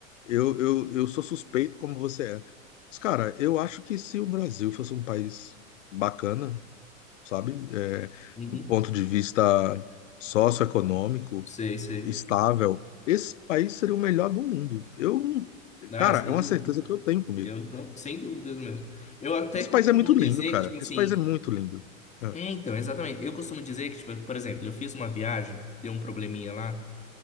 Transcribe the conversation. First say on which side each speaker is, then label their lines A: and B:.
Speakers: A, on the left; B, on the left.
A: eu, eu, eu sou suspeito como você é. Mas, cara, eu acho que se o Brasil fosse um país bacana, sabe? É,
B: Uhum.
A: do ponto de vista socioeconômico,
B: Sei, sei.
A: estável, esse país seria o melhor do mundo. Eu, não-
B: Ah,
A: cara,
B: sem
A: é uma
B: dúvidas.
A: certeza que eu tenho comigo.
B: Eu não, sem dúvidas mesmo. Eu até
A: Esse
B: costumo
A: país é muito lindo,
B: dizer
A: cara.
B: que, tipo assim.
A: Esse país é muito lindo. É,
B: É, então, exatamente. Eu costumo dizer que, tipo, por exemplo, eu fiz uma viagem, deu um probleminha lá,